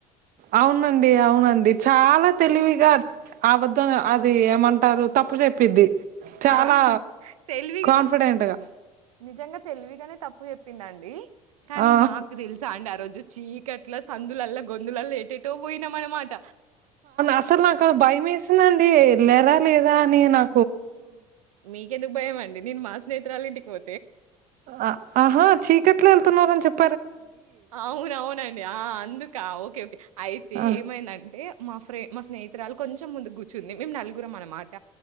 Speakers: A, on the right; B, on the right.
A: అవునండి అవునండి చాలా తెలివిగా ఆ వద్ద అది ఏమం టారు తప్పు చెప్పిద్ది చాలా
B: ఆ! తెలివిగా
A: కాన్ఫిడెంట్గా
B: తప్పు చెప్పింది. నిజంగా తెలివిగానే తప్పు చెప్పిందం డి కానీ
A: ఆ
B: మాకు తెలుసా అండి ఆ రోజు చీ అట్లా సందులల్లా గొందులల్ల ఏటేటో పోయినాం అనమాట
A: అసలు నాకు భయం వేసిందండి లెర లే నే నా
B: మీకెందుకు భయమండి నేను మాస్ స్నేహితురాలు ఇంటికి పో
A: ఆ ఆహా చీకట్లో వెళ్తున్నారని చెప్
B: అవునవునండి ఆ అందుకా ఓకే ఓకే అయితే
A: ఆ
B: ఏమైందంటే మా ఫ్రె మా స్నేహితురాలు కొంచెం ముందు కూర్చుంది మేము నలుగురం అన్నమాట